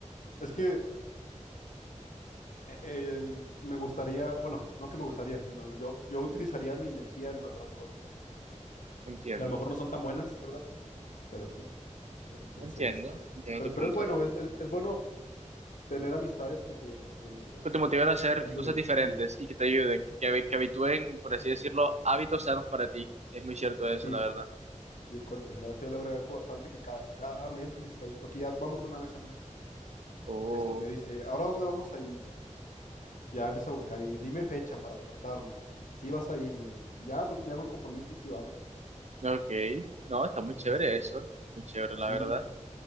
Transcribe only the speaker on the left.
es que eh, eh, me gustaría, bueno, no que me gustaría, sino yo, yo utilizaría mi energía en otras cosas,
que a lo mejor no son tan buenas, ¿verdad? pero sí. Entonces,
este,
pero,
pero es bueno, es, es- es bueno tener amistades que te, que te,
que te ayuden,
sí,
sí,
y es correcto. Y la verdad que yo le agradezco bastante que cada, cada mes me está, porque ya vamos una vez al mes,
este, me dice, ¿ahora dónde vamos a ir? Ya empieza a buscar y dime fecha para apartarla y si vas a ir y, y ya pues me hago el compromiso y sí vamos.
Entonces
sí,
sí,